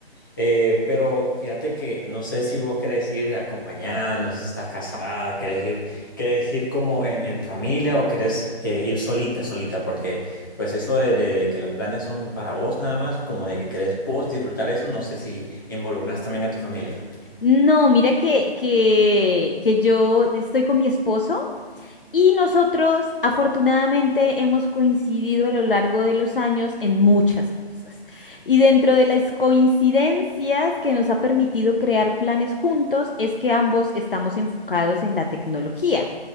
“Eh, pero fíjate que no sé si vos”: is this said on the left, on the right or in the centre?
Left